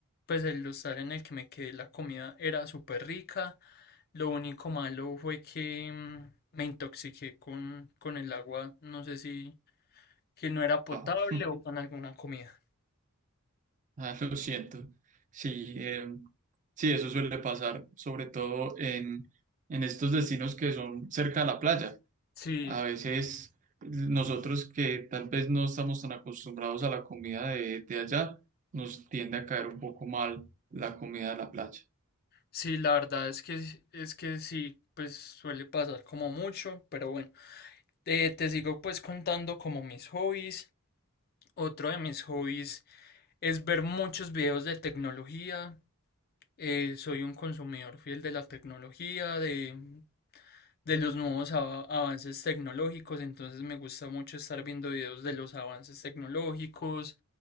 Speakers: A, on the left; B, on the right.
A: pues el hostal en el que me quedé, la comida era súper rica. Lo único malo fue que mm, me intoxiqué con, con el agua, no sé si que no era potable
B: Ah. <laughs>
A: o con alguna comida.
B: Ah, <laughs> lo siento. Sí, em, sí, eso suele pasar, sobre todo en, en estos destinos que son cerca de la playa.
A: Sí,
B: A veces nosotros que tal vez no estamos tan acostumbrados a la comida de, de allá, nos tiende a caer un poco mal la comida de la playa.
A: Sí, la verdad es que es que sí, pues suele pasar como mucho, pero bueno, te, te sigo pues contando como mis hobbies. Otro de mis hobbies es ver muchos videos de tecnología. Eh, soy un consumidor fiel de la tecnología, de de los nuevos ava- avances tecnológicos, entonces me gusta mucho estar viendo videos de los avances tecnológicos,